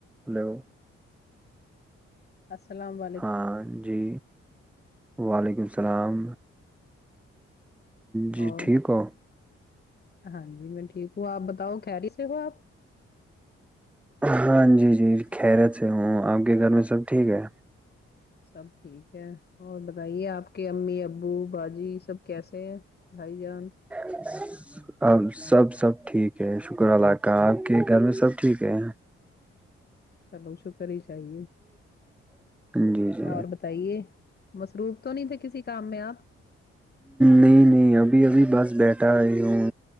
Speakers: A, in the centre; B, on the left.
A: Hello
B: السلام ع
A: ہاں جی وعلیکم اللام جی
B: اور
A: ٹھیک ہو
B: ہاں جی میں ٹھیک ہوں آپ بتاؤ کہہ رہی تھ ہو آپ
A: ہاں جی جی خیرت سے ہوں آپ کے گھر میں سب ٹھیک ہے
B: سب ٹھیک ہے اور بتائیے آپ کے امی ابو باجی سب کیسے ہیں بھائی جان
A: ج اب سب سب ٹھیک ہے شکر اللہ کا آپ کے گھر میں سب ٹھیک ہے
B: چلو شو کری چاہیے
A: جی جی
B: اور بتائیے مصروف تو نہیں تھے کسی کام میں آپ
A: نہیں نہیں ابھی ابھی بس بیٹھا آئی ہوں